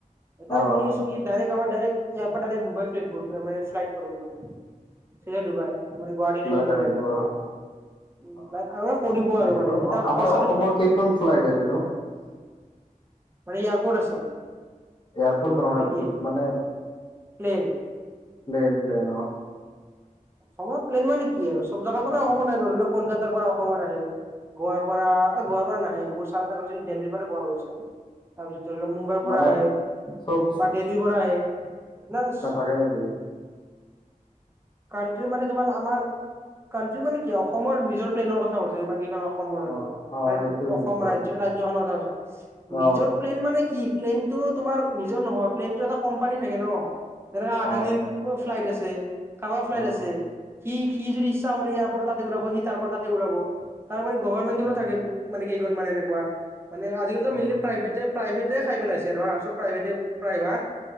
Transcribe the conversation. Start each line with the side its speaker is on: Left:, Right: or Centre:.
Right: এটা
Left: অ
Right: আৰু শুনিছো কি ডাইৰেক্ট আমাৰ, ডাইৰেক্ট ইয়াৰ পৰা ডাইৰেক্ট ডুবাই ফ্লেইটবোৰ মানে ফ্লাইটকৰো বুলি। সেইয়াই ডুবাই মানে গুৱাহাটীৰ
Left: ফ্লাইট
Right: টু ডুবাই,
Left: আহিব আৰু
Right: অঁ। উম,
Left: অ'
Right: তাক আৰু এবাৰ কৈ দিব আৰু
Left: আহিব
Right: মানে
Left: ন
Right: তেতিয়া
Left: আমাৰ
Right: খৰচাটো
Left: অসমৰ কেইখন ফ্লাইট আছে ন'?
Right: মানে এয়াৰপৰ্ট আছে।
Left: এয়াৰপৰ্ট নহয়
Right: নে কি
Left: মানে
Right: প্লেন।
Left: প্লেন, প্লেন অ।
Right: অসমৰ প্লেন মানে কি আৰু চব জাগাৰ পৰা অসমত আহে। ধৰিলওক কলকাতাৰ পৰা অসমলে আহে। গোৱাৰ পৰা, এ গোৱাৰ পৰা নাহে। মোৰ ছাৰ এটাই কৈছিল দেল্লীৰ পৰা গোৱা হৈ গৈছে। তাৰপিছত ধৰিলোৱা মুম্ব মুম্বাই
Left: মানে
Right: পৰা আহে
Left: চব
Right: বা দিল্লীৰ পৰা আহে, প্লাছ
Left: থাকে নেকি? <unintelligible>
Right: কাউন্টি মানে তোমাৰ আমাৰ কাউন্টি মানে কি আও অসমৰ নিজৰ প্লেনৰ কথা কৈছা যিমান কেইখন অস অসমৰ আৰু
Left: অ অ
Right: মানে
Left: সেইটো সুধিছো
Right: অসম ৰাজ্য ৰাজ্যখনৰ কথা কৈছা?
Left: অ
Right: নিজৰ প্লেন মানে কি? প্লেনটো তোমাৰ নিজৰ নহয় প্লেনটো এটা কোম্পানী থাকে ন'। যেনেকা আদানিৰ
Left: অ
Right: ক 'ফ্লাইট আছে, কাবাৰ ফ্লাইট
Left: অ অ
Right: আছে সি সি যদি ইচ্ছা কৰি ইয়াৰ পৰা তাতে উৰাব, সি তাৰ পৰা তাতে উৰাব। তাৰউপৰি গভৰ্মেণ্টৰো
Left: অ অ
Right: থাকে। মানে কেইখন মানে এনেকুৱা। মানে, আজি-কালিটো
Left: অ
Right: মেইনলি প্ৰাইভেটে প্ৰাইভেটে খাই পেলাইছে আৰু হাঁ। চব প্ৰাইভেটে প্ৰাইভাগ